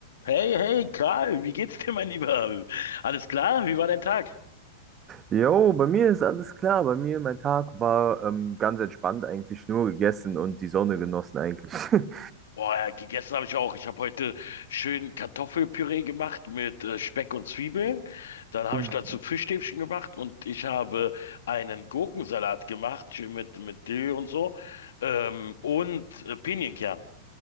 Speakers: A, on the left; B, on the right.
A: Hey, hey, Karl, wie geht's dir, mein Lieber? Alles klar? Wie war dein Tag?
B: Jo, bei mir ist alles klar. Bei mir, mein Tag war ähm, ganz entspannt eigentlich, nur gegessen und die Sonne genossen eigentlich. <laughs>
A: Boah, ja, gegessen habe ich auch. Ich habe heute schön Kartoffelpüree gemacht mit äh, Speck und Zwiebeln. Dann habe
B: Uff.
A: ich dazu Fischstäbchen gemacht und ich habe einen Gurkensalat gemacht, schön mit, mit Dill und so. Ähm, und äh, Pinienkern.